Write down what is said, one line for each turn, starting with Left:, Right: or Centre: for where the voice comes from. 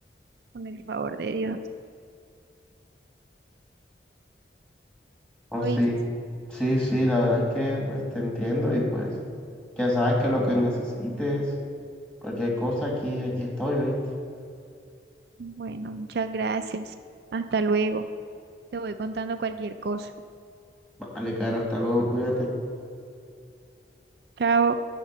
Right: con el favor de Dios.
Centre: Oh,
Right: ¿Oíste?
Centre: sí, sí, sí, la verdad es que pues te entiendo y pues ya sabes que lo que necesites, cualquier cosa aquí, aquí estoy, ¿oíste?
Right: Bueno, muchas gracias. Hasta luego. Te voy contando cualquier cosa.
Centre: Vale, caro, hasta luego, cuídate.
Right: Chao.